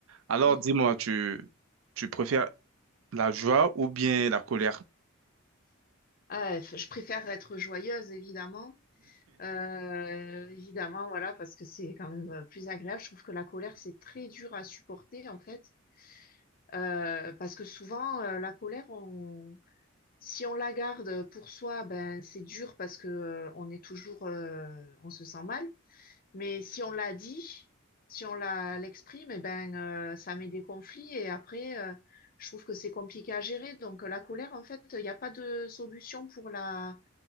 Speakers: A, on the right; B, on the left.
A: Alors,
B: Mm.
A: dis-moi, tu, tu préfères la joie ou bien la colère?
B: Ah, f- je préfère être joyeuse, évidemment. Euh, évidemment, voilà, parce que c'est quand même euh, plus agréable. Je trouve que la colère, c'est très dur à supporter, en fait. Euh, parce que souvent, euh, la colère, on... si on la garde pour soi, ben, c'est dur parce que euh, on est toujours, euh, on se sent mal. Mais si on la dit, si on la l'exprime, eh ben, euh, ça met des conflits et après, euh, je trouve que c'est compliqué à gérer. Donc, la colère, en fait, il n'y a pas de solution pour la,